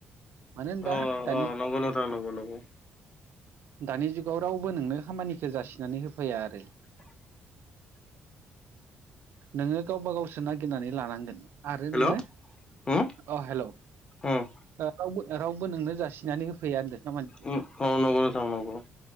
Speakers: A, on the right; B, on the left.
A: मानो होनबा
B: अ
A: दानि
B: अ नंगौ नोंथां नंगौ नंगौ।
A: दानि जुगाव रावबो नोंनो खामानिखो जासिनानै होफैया आरो
B: <inaudible>
A: नोङो गावबा गावसो नागिरनानै लानांगोन आरो
B: हेल'
A: नोङो
B: उम
A: अ
B: उम
A: हेल' ओ
B: उम
A: रावबो रावबो नोंनो जासिनानै होफैया होनदो खामानि
B: उम ओ नंगौ नोंथां नंगौ